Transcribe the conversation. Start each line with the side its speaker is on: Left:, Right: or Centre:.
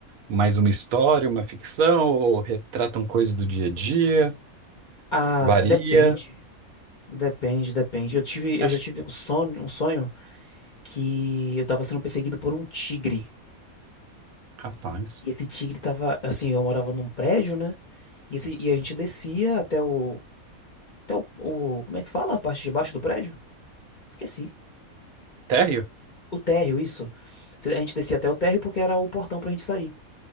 Right: mais uma história, uma ficção, ou retratam coisas do dia a dia,
Left: Ah,
Right: varia.
Left: depende, depende, depende. Eu tive, eu
Right: Acho
Left: já tive
Right: que,
Left: um sonho, um sonho que eu tava sendo perseguido por um tigre.
Right: rapaz,
Left: E esse tigre tava, assim, eu morava num prédio, né? E esse, e a gente descia até o até o, o- como é que fala? A parte de baixo do prédio? Esqueci.
Right: até
Left: O térreo, isso. Cê- A gente descia até o térreo porque era o portão pra gente sair.